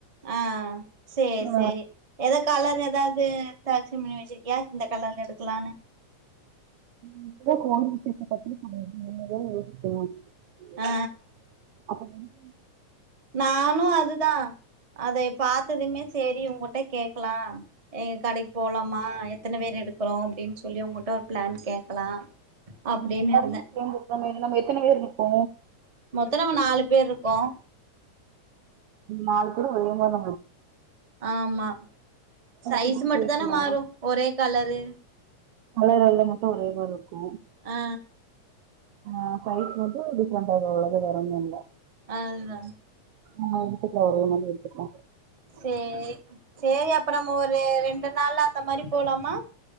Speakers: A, on the right; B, on the right.
A: ஆஹ் செரி
B: ஆ
A: செரி எத கலர் ஏதாவது செலக்ஷன் பண்ணி வச்சிருக்கியா இந்த கலர்ல எடுக்கலான்னு
B: நீ இப்ப கோ <unintelligible> <unintelligible>
A: ஆ நானு அதுதான் அத பாத்ததுமே செரி உங்ககிட்ட கேக்கலா எங்க கடைக் போலாமா எத்தன பேர் எடுக்கிறோ அப்டின்னு சொல்லி உங்கிட்ட ஒரு பிளான் கேட்கலா அப்டின்னு
B: எல்லாருமே
A: இருந்தே
B: சேந்து நம்ம நம்ம எத்தன பேர் இருக்கோ
A: மொத்த நம்ம நாலு பேர் இருக்கோ
B: உம் நாலு பேர் <unintelligible>
A: ஆமா சைஸ்
B: கிட்ட
A: மட்டு
B: கேக்கலா
A: தான மாறு ஒரே கலரு
B: அதுல ரொண்டு மட்டு ஒரே <unintelligible>
A: ஆ
B: ஆ சைஸ் மட்டு டிப்ரெண்ட் ஆகு அவ்ளோதா வேற ஒண்ணு இல்ல
A: அதுதா
B: ஆஹ் எடுத்துக்லா ஒரே நாலு எடுத்துக்கலா
A: சேரி சேரி அப்ப நம்ம ஒரு ரெண் ரெண்டு நாள்ல அந்த மாரி போலாமா